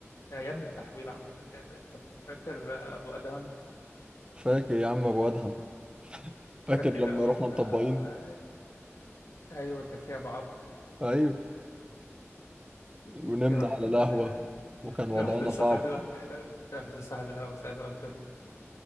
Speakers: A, on the left (about 85°); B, on the right (about 20°).
A: ده ايام التحويل عامه كانت أيام- طب فاكر آه، ابو ادهم
B: فاكر يا عم أبو أدهم
A: فاكر
B: فاكر لما
A: قهوه
B: رحنا مطبقين
A: آه، ايوه كافيه ابو عبد
B: ايوه
A: فاكر
B: ونمنا
A: رحت
B: على
A: ال...
B: القهوة وكان وضعنا
A: رحت لصاحب
B: صعب
A: القهوه رحت لصاحب القهوه ساعتها قلت له